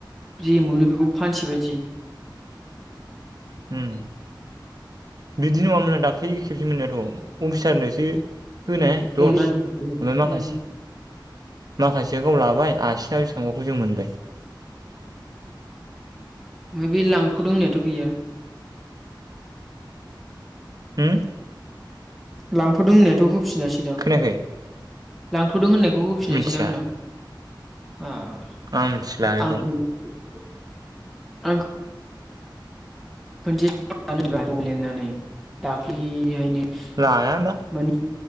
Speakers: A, in the centre; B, on the right.
A: जे मोनो बेखौ फानसै बायदि।
B: उम। बिदि नङामोनहा दाख्लै खेबसे मोननायाथ' अफिसारनोसो होनाय दस
A: अननानै
B: ओमफ्राय माखासे
A: उम
B: माखासे गाव लाबाय आसिना बेसेबांबाखौ जों मोनबाय।
A: ओमफ्राय बे लांथ'दों होननायाथ' गैया।
B: ओ।
A: लांथ'दों होननायथ' फिनासै दां।
B: खोनायाखै
A: लांथ'दों होननाय खौ होफिनासै
B: मिथिया
A: दां होनदां। फाग्ला
B: आं मिथिला बेखौ
A: आं <unintelligible> आं <unintelligible> खनसे <unintelligible> ज' लेंनानै दाख्लिहायनो
B: लाया होमबा
A: माने